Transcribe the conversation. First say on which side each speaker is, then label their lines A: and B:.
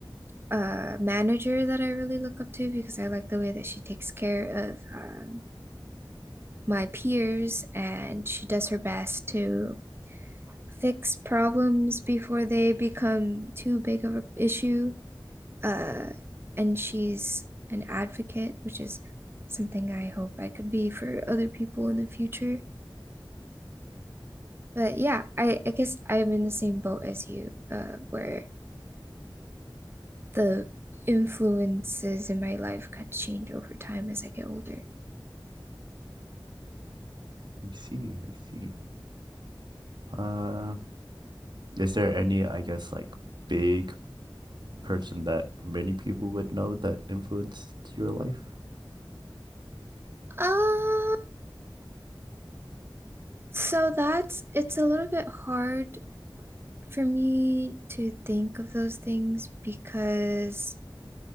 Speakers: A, on the right; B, on the right.
A: a manager that I really look up to because I like the way that she takes care of um, my peers and she does her best to fix problems before they become too big of an issue. uh, and she's an advocate, which is something I hope I could be for other people in the future. But yeah, I, I guess I'm in the same boat as you, uh, where the influences in my life could change over time as I get older.
B: I see, I see. Uh, is there any, I guess, like big person that many people would know that influenced your life?
A: Uh, so that's it's a little bit hard for me to think of those things because